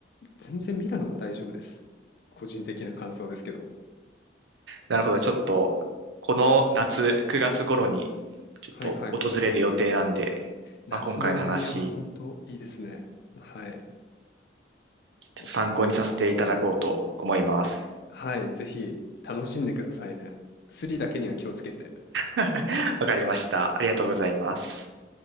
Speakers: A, on the left; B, on the right.
A: 全然ミラノは大丈夫です。個人的な感想ですけど。
B: なるほど。ちょっと、この夏、9月頃に、ちょっと訪れる予定なんで、
A: はいはい。夏のイタリアは本当いいですね。
B: まあ、今回の話、
A: はい。
B: ちょっと参考にさせていただこうと思います。
A: おすすめです。はい。ぜひ楽しんでくださいね。スリだけには気をつけて。
B: <laughs> わかりました。ありがとうございます。